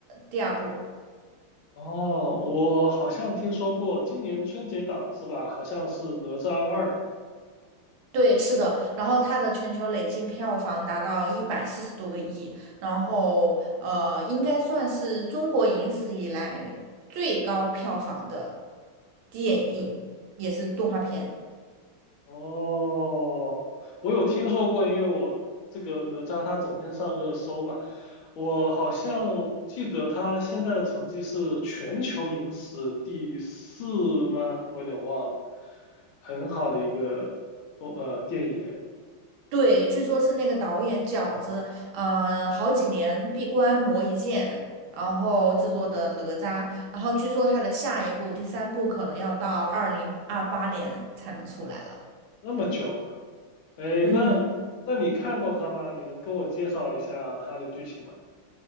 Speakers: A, on the right; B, on the left.
A: 第二部。
B: 哦，我好像听说过今年春节档是吧？好像是《哪吒二》。
A: 对，是的。然后它的全球累计票房达到一百四十多个亿，然后呃，应该算是中国影史以来最高票房的电影，也是动画片。
B: 哦，我有听说过，因为我这个哪吒它整天上热搜嘛，我好像记得他现在的成绩是全球影史第四吗？我有点忘了，很好的一个动呃电影哎，
A: 对，据说是那个导演饺子，呃，好几年闭关磨一剑，然后制作的哪吒，然后据说他的下一部第三部可能要到二零二八年才能出来了。
B: 那么久啊！哎，
A: 嗯。
B: 那那你看过他吗？你能跟我介绍一下他的剧情吗？